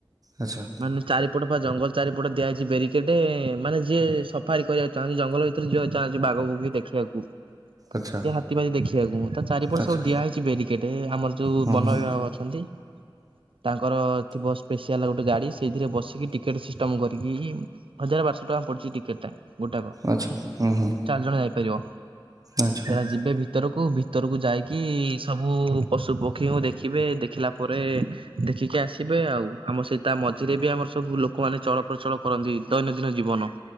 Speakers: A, on the right; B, on the right.
A: ଆଚ୍ଛା।
B: ମାନେ ଚାରିପଟ ବା ଜଙ୍ଗଲ ଚାରିପଟ ଦିଆଯାଇଛି ବାରିକେଡ ମାନେ ଯିଏ ସଫାରୀ କରିବା ଚାହୁଁଚି ଜଙ୍ଗଲ ଭିତରେ ଯିବାକୁ ଚାହୁଁଛି ବାଘ ବୁଘି ଦେଖିବାକୁ।
A: ଆଚ୍ଛା।
B: କି ହାତୀ ଫାତି ଦେଖିବାକୁ ତା ଚାରିପଟେ
A: ଆଚ୍ଛା
B: ସବୁ ଦିଆହେଇଛି ବେରିକେଡ ଆମର ଯୋଉ
A: ହଁ
B: ବନ
A: ହଁ।
B: ବିଭାଗ ଅଛନ୍ତି ତାଙ୍କର ଥିବ ସ୍ପେଶଆଲ ଗୋଟେ ଗାଡି ସେଇଥିରେ ବସିକି ଟିକେଟ ସିଷ୍ଟମ କରିକିହିଁ ହଜାର ବାରଶହ ଟଙ୍କା ପଡିଛି ଟିକେଟ୍ ଟା ଗୋଟାକ।
A: ଆଛା ହୁଁ ହୁଁ।
B: ଚାରି ଜଣ ଯାଇପାରିବ
A: ଆଚ୍ଛା
B: ସେରା ଯିବେ ଭି ଭିତରକୁ ଭିତରକୁ ଯାଇକି ସବୁ ପଶୁ ପକ୍ଷୀଙ୍କୁ ଦେଖିବେ ଦେଖିଲା ପରେ ଦେଖିକି ଆସିବେ ଆଉ। ଆମର ସେଇ ତା ମଝିରେ ବି ଆମର ସବୁ ଲୋକ ଲୋକମାନେ ଚଳ ପ୍ରଚଳ କରନ୍ତି ଦୈନନ୍ଦିନ ଜୀବନ।